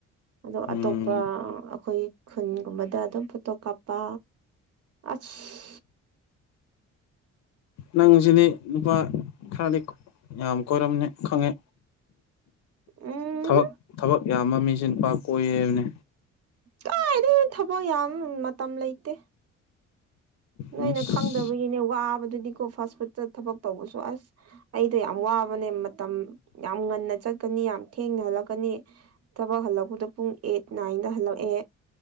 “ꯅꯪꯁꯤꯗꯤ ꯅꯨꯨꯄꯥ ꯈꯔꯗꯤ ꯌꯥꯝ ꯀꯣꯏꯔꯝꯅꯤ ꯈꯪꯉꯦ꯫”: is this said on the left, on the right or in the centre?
Left